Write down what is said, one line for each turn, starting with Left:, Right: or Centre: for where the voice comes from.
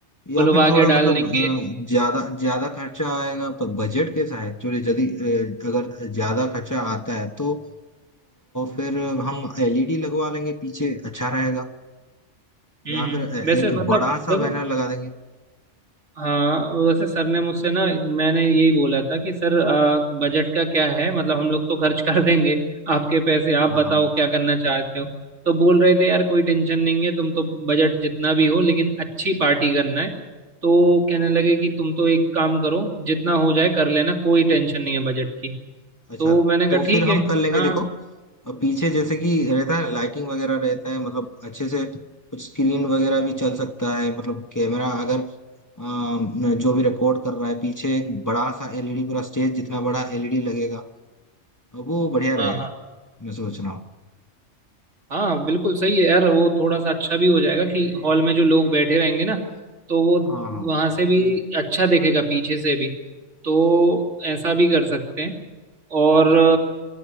Left: या
Right: फुलवा
Left: फिर थोड़ा
Right: के डाल
Left: मतलब
Right: देंगे
Left: अ, ज्यादा ज्यादा खर्चा आएगा पर बजट कैसा है एक्चुअली यदि अ, अगर ज्यादा खर्चा आता है तो अ, फिर हम एलईडी लगवा लेंगे पीछे अच्छा रहेगा
Right: हम्म
Left: या फिर
Right: हम्म।
Left: ए-
Right: वैसे
Left: एक
Right: मतलब
Left: बड़ा सा
Right: देखो
Left: बैनर लगा देंगे
Right: हाँ वैसे सर ने मुझसे ना मैंने यही बोला था कि सर आ, बजट का क्या है मतलब हम लोग तो खर्च कर देंगे आपके पैसे आप
Left: हाँ
Right: बताओ
Left: हाँ हाँ
Right: क्या करना चाहते हो तो बोल रहे थे यार कोई टेंशन नहीं है तुम तो बजट जितना भी हो लेकिन अच्छी पार्टी करना है तो कहने लगे कि तुम तो एक काम करो जितना हो जाए कर लेना कोई टेंशन नहीं है बजट की
Left: अच्छा
Right: तो मैंने कहा
Left: तो
Right: ठीक
Left: फिर हम
Right: है
Left: कर लेंगे
Right: हाँ
Left: देखो अ, पीछे जैसे कि रहता है लाइटिंग वगैरह रहता है मतलब अच्छे से कुछ स्क्रीन वगैरह भी चल सकता है मतलब कैमरा अगर अम, जो भी रिकॉर्ड कर रहा है पीछे एक बड़ा सा एलईडी पूरा स्टेज जितना बड़ा एलईडी लगेगा अ, वो बढ़िया
Right: हाँ
Left: रहेगा
Right: हाँ
Left: मैं सोच रहा हूँ
Right: हाँ बिल्कुल सही है यार वो थोड़ा सा अच्छा भी हो जाएगा कि हॉल में जो लोग बैठे रहेंगे ना तो वो
Left: हाँ हाँ
Right: वहां से भी अच्छा देखेगा पीछे से भी तो ऐसा भी कर सकते हैं और